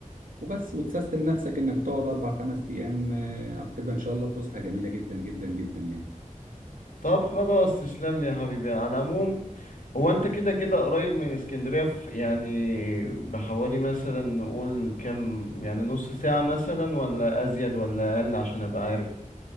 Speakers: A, on the right; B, on the left.
A: وبس وتسيستم نفسك انك تقعد اربع خمس ايام آه، هتبقى ان شاء الله فسحه جميله جدا جدا جدا يعني
B: طب خلاص تسلم لي يا حبيبي على العموم هو انت كده كده قريب من اسكندرية في يعني بحوالي مثلا نقول كام يعني نص ساعة مثلا ولا ازيد ولا اقل عشان ابقى عارف